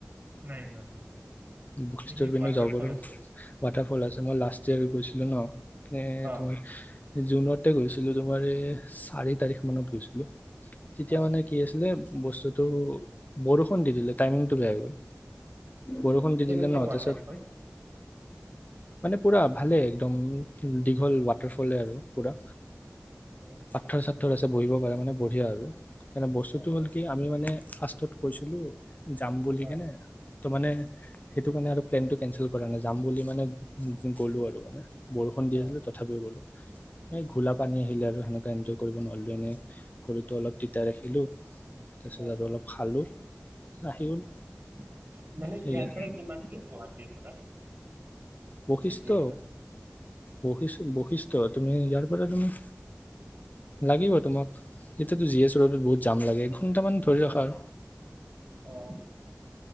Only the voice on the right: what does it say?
নাই যোৱা নাই ন
কি
ৱাটাৰ
ফল আছে। <unintelligible>
অ'
অ'
কেনেকুৱা
ৱাটাৰফল
অ'
অ'
অ'
অ'
অ
অ মানে
ইয়াৰ
পৰা কিমান দূৰ, গুৱাহাটীৰ পৰা।
চিটিৰ পৰা
অ'
অ'